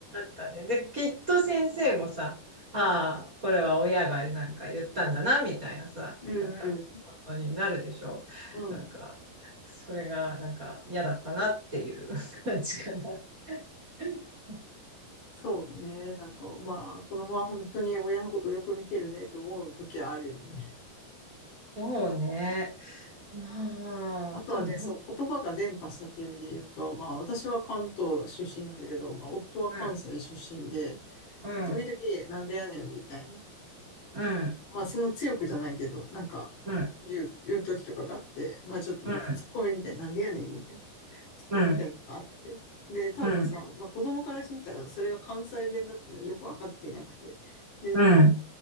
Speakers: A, on the right (about 25°); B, on the left (about 75°).
A: たね。で、きっと先生もさ、ああ、これは親がなんか言ったんだな、みたいなさ、
B: うん、
A: なんか、ことになるでしょなんか、
B: うん、うん。
A: それがなんか嫌だったなっていう <laughs> 感じかな。<laughs>
B: そうね。なんか、まあ、子供は本当に親のことをよく見てるねと思う時はあるよね。
A: そうね。まあ、
B: <laughs> あとはね、
A: あとなん、
B: そう、
A: うん、
B: 言葉が伝播したっていう意味で言うと、まあ、私は関東出身なんだけど、まあ、夫は関西出身で、
A: うん、うん、
B: 時々、なんでやねんみたいな。
A: うん、
B: まあ、そんな強くじゃないけど、なんか、
A: うん、
B: 言う、言う時とかがあって、まあ、ちょっとなんか、
A: うん、
B: ツッコミみたいな、なんでやねんみたいな、ツッコミみたいなのがあって。
A: うん、
B: で、多分さ、
A: うん、
B: まあ、子供からしてみたら、それが関西弁だってのはよくわかってなくて、で、
A: うん。
B: なんか